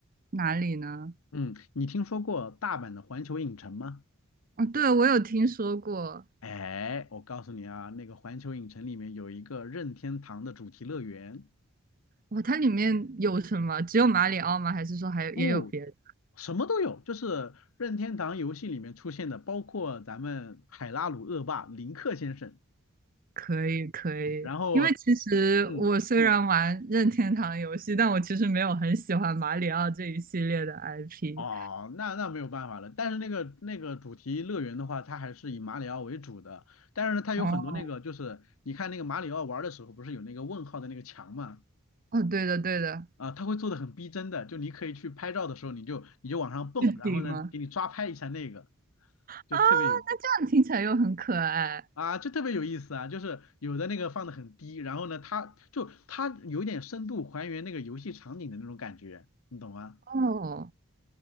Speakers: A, on the right; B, on the left.
A: 哪里呢？
B: 嗯，你听说过大阪的环球影城吗？
A: 哦，对，我有听说过，
B: 哎，我告诉你啊，那个环球影城里面有一个任天堂的主题乐园。
A: 哇，它里面有什么？只有马里奥吗？还是说还有也有别的？
B: 不什么都有，就是任天堂游戏里面出现的，包括咱们海拉鲁恶霸林克先生，
A: 可以可以，
B: 然后
A: 因为其实我虽然玩任天堂游戏，
B: 嗯，
A: 但我其实没有很喜欢马里奥这一系列的 IP。
B: 哦，那那没有办法了。但是那个那个主题乐园的话，它还是以马里奥为主的，但是呢，它有很多那个就是你看那个马里奥玩的时候，
A: 哦
B: 不是有那个问号的那个墙嘛？
A: 哦，对的对的，
B: 啊，它会做的很逼真的，就你可以去拍照的时候，你就你就往上蹦，
A: 是顶吗？
B: 然后呢，给你抓拍一下那个，就特别有
A: 啊，那这样听起来又很可爱
B: 啊，就特别有意思啊，就是有的那个放的很低，然后呢，它就它有点深度还原那个游戏场景的那种感觉，你懂吗？
A: 哦。